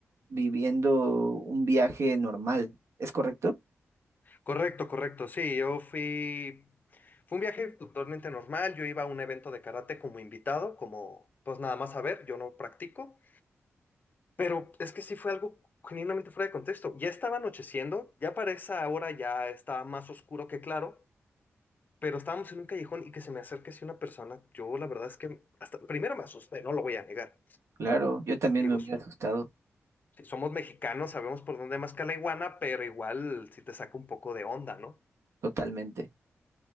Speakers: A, on the right; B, on the left.
A: viviendo un viaje normal. ¿Es correcto?
B: correcto, correcto. Sí, yo fui, fue un viaje totalmente normal. Yo iba a un evento de karate como invitado, como, pues nada más a ver, yo no practico. Pero es que sí fue algo genuinamente fuera de contexto. Ya estaba anocheciendo, ya para esa hora ya estaba más oscuro que claro, pero estábamos en un callejón y que se me acerque así una persona. Yo la verdad es que hasta primero me asusté, no lo voy a negar.
A: Claro, yo también
B: Digo,
A: me hubiera
B: s-
A: asustado
B: si somos mexicanos, sabemos por dónde más que la iguana, pero igual si te saca un poco de onda, ¿no?
A: totalmente.